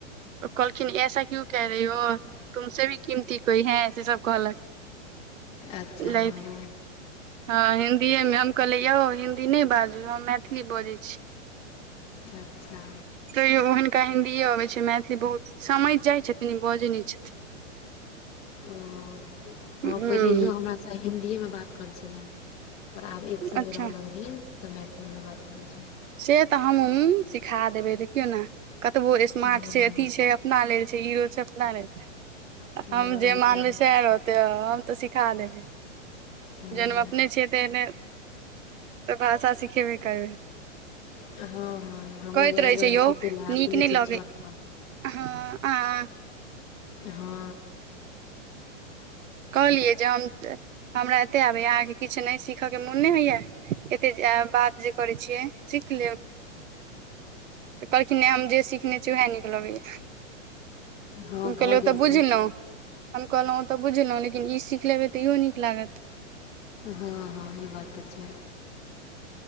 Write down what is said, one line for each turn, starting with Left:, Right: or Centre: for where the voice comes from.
Right: कहलखिन ऐसा क्यु कह रही हो? तुमसे भी कीमती कोई है से सब कहलक।
Left: अच्छा
Right: लैथ
Left: ओ।
Right: हँ हिन्दीएमे हम कहलियै यौ हिन्दी नै बाजू हम मैथिली बजै छी।
Left: अच्छा।
Right: तैयो हुनका हिन्दीए अबै छै मैथिली बहुत समझि जाइ छथिन ई बजै नै छथिन।
Left: ओ
Right: छथिन
Left: हँ
Right: हूँ
Left: पहिले इहो ह हिन्दीए मे बात करै छेला पर आब एक संगे
Right: अच्छा
Left: रह लगलियै। तऽ मैथिलीमे बात करै छै।
Right: से तऽ हमऽ सिखा देबै देखियो न कतबो स्मार्ट
Left: हँ
Right: छै अथी छै। अपना लेल छै हीरो छै अपना लेल
Left: हँ
Right: हम
Left: ओही
Right: जे मानबे
Left: तऽ
Right: सेहा रह तै हम तऽ सिखा देबै।
Left: हँ
Right: जेहन हम अपने छियै तेहने तऽ भाषा सिखेबे करबै।
Left: हँ हँ। हमहु
Right: कहैत
Left: एलौ
Right: रहै छै
Left: हन
Right: यौ
Left: सूतयै लै अपने
Right: नीक नहि
Left: छै
Right: लगै
Left: छत पर।
Right: हँ अहाँ
Left: हँ।
Right: कहलियै जे हम हमरा एते आबैया अहाँके किछ नै सीखयके मोन नै होइया। अते जे अहाँ बात जे करै छियै सीख लेब। तऽ कहलखिन है हम जे सिखने छी उएह नीक लगैए।
Left: हँ
Right: हम
Left: भऽ
Right: कहलियै ओ
Left: जाइ
Right: तऽ बुझलौ।
Left: छै
Right: हम कहलहुँ ओ तऽ बुझलहुँ लेकिन ई सीख लेबै तऽ इहो नीक लागत।
Left: हँ हँ ई बात तऽ छै।